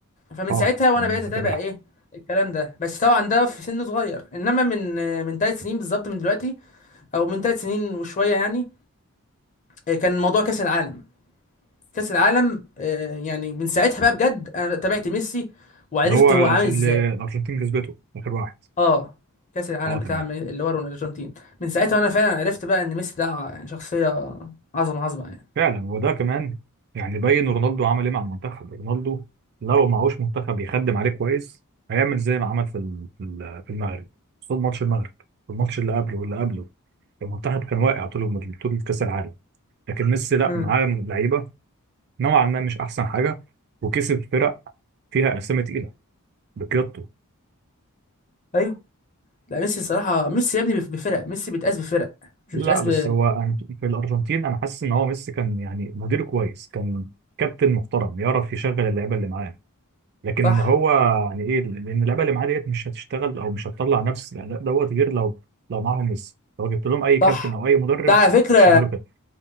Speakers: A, on the left; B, on the right.
A: فمن
B: اه
A: ساعتها وانا
B: تمام
A: بقيت
B: بتابعها
A: اتابع ايه الكلام ده بس طبعا ده في سن صغير انما من من ثلاث سنين بالظبط من دلوقتي او من ثلاث سنين وشويه يعني آه، كان موضوع كاس العالم كاس العالم آه، يعني من ساعتها بقى بجد انا تابعت ميسي وعرفت
B: اللي هو
A: هو
B: ال-
A: عامل
B: ال-
A: ازاي
B: الارجنتين كسبته اخر واحد
A: اه كاس العالم
B: اه
A: بتاع
B: تمام
A: م- اللي هو الارجنتين من ساعتها وانا فعلا عرفت بقى ان ميسي ده ع- يعني شخصيه عظمه عظمه يعني
B: فعلا وده كمان يعني بين رونالدو عمل ايه مع المنتخب رونالدو لو معهوش منتخب يخدم عليه كويس هيعمل زي ما عمل في ال- في ال- في المغرب قصاد ماتش المغرب الماتش اللي قبله واللي قبله المنتخب كان واقع طول الم- طول كاس العالم لكن ميسي لا
A: امم
B: معاه لعيبه نوعا ما مش احسن حاجه وكسب فرق فيها اسامي تقيله بقيادته
A: ايوه لا ميسي الصراحه ميسي يا ابني بف- بفرق ميسي بيتقاس بفرق مش
B: لا
A: بيتقاس
B: بس
A: ب
B: هو أنا- في الارجنتين انا حاسس ان هو ميسي كان يعني مدير كويس كان كابتن محترم يعرف يشغل اللعيبه اللي معاه لكن
A: صح
B: هو يعني ايه لان اللعبه اللي معاه ديت مش هتشتغل او مش هتطلع نفس الاداء دوت غير لو لو معاهم ميسي لو جبت لهم اي كابتن
A: صح
B: او اي مدرب
A: ده على فكرة
B: مش هيعملوا كده